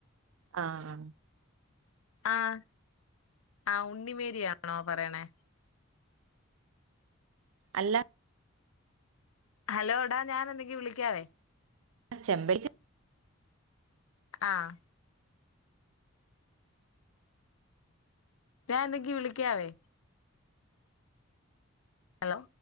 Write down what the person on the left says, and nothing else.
ആഹ്. ആഹ് ഉണ്ണിമേരിയാണോ പറയണേ.
ഹലോ ടാ ഞാനെന്തെങ്കി വിളിക്കാവേ.
ആഹ്. റ്റാൻ ത്ക്കി വിളിക്കാവേ. ഹലോ.